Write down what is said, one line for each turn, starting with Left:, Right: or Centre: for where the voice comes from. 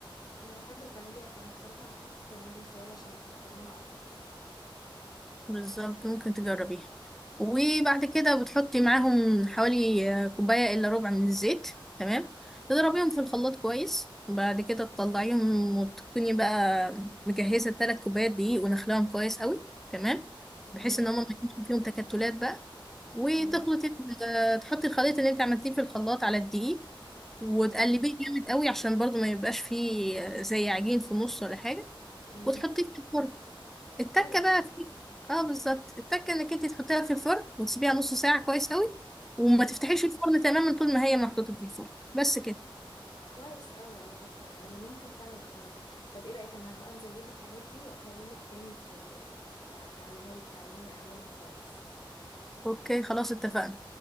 Left: انا بحب الفانيليا فانا بصراحة هحط فانيليا سائلة عشان بتبقى طعمها اقوى
Centre: بالظبط ممكن تجربيها وبعد كده بتحطي معاهم حوالي آه، كوباية إلا ربع من الزيت تمام تضربيهم في الخلاط كويس وبعد كده تطلعيهم وتكوني بقى مجهزة ثلاث كوبايات دقيق ونخلاهم كويس قوي تمام
Left: تمام
Centre: بحيث ان هما ما يكونش فيهم تكتلات بقى وتخلطي
Left: تمام
Centre: ال- آه، تحطي الخليط اللي انت عملتيه في الخلاط على الدقيق وتقلبيه
Left: تمام
Centre: جامد قوي عشان برضو ما يبقاش فيه آه، زي عجين في النص ولا حاجة
Left: امم
Centre: وتحطيه في الفرن التكه
Left: كويس
Centre: بقى في اه بالظبط التكه انك انت تحطيها في الفرن وتسيبيها نص ساعه كويس قوي وما
Left: امم
Centre: تفتحيش الفرن تماما طول ما هي محطوطه في الفرن بس كده
Left: كويس قوي على فكرة يعني ممكن فعلا اجربها طب ايه رأيك انا هنزل اجيب الحاجات دي واكلمك تاني ت... تع- تعلمين تعلميني اعملها كويس
Centre: اوكي خلاص اتفقنا